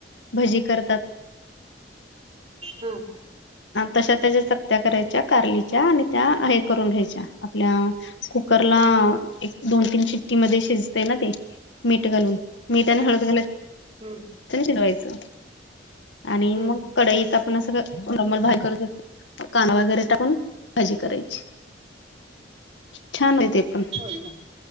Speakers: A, on the left; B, on the right.
A: भजी करतात.
B: हा
A: तशा त्याच्या सक्त्या करायच्या कारलीच्या आणि त्या हे करून घ्यायच्या आपल्या कुकरला एक दोन तीन चिट्टी मध्ये शिजते ना ते मीठ घालून. मीठ आणि
B: हम्म
A: हळद घा
B: हम्म.
A: लायचं अनुभव शिजवायचं आणि
B: हम्म
A: मग कडईत आपण अस नॉर्मल भा करत असो काना वगैरे टाकून भाजी कराय ची छान होय ते पण.
B: होय का